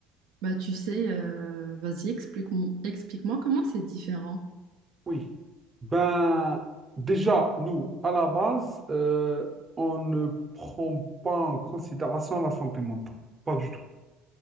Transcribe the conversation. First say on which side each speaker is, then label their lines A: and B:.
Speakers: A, on the right; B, on the right.
A: Bah, tu sais, euh, vas-y, explique-moi, explique-moi comment c'est différent.
B: Oui. Ben, déjà, nous, à la base, euh, on ne prend pas en considération la santé mentale. Pas du tout.